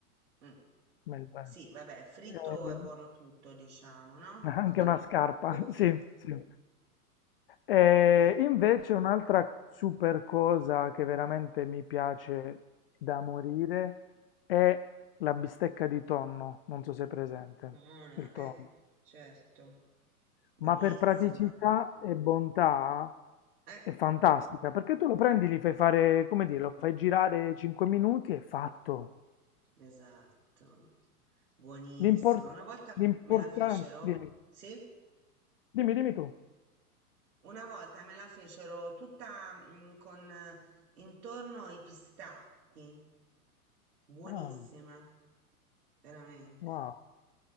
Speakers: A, on the right; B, on the left.
A: Mh.
B: meglio
A: Sì,
B: è.
A: vabbè, fritto
B: Eh,
A: è buono tutto diciamo, no?
B: <laughs> Anche
A: <laughs>
B: una scarpa,
A: Oddio.
B: <laughs> sì, sì. E
A: Eh,
B: invece un'altra super cosa che veramente mi piace da morire è la bistecca di tonno, non so se è presente,
A: buona,
B: il tonno.
A: eh, certo. Buonissima.
B: Ma per praticità e bontà
A: Eh,
B: è fantastica, perché tu lo prendi, li fai fare, come dire, lo fai girare 5 minuti e è fatto.
A: esatto. Buonissima.
B: L'impor-
A: Una volta m
B: L'importante...
A: me la fecero
B: Dimmi,
A: sì?
B: dimmi, dimmi tu.
A: Una volta me la fecero tutta, mhmm, con eh, intorno i pistacchi. Buonissima,
B: Ah,
A: veramente.
B: wow.